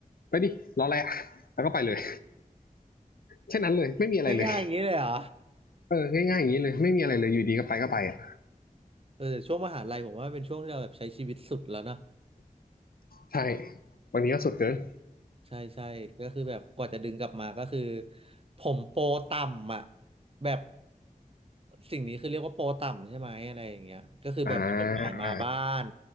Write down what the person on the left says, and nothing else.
ไปดิรออะไรอะแล้วก็ไปเลยแค่นั้นเลยไม่มีอะไรเลย
เออง่ายๆอย่างนี้เลยไม่มีอะไรเลยอยู่ดีก็ไปก็ไปอ่ะ
ใช่บางทีก็สุดเกิน
อ่า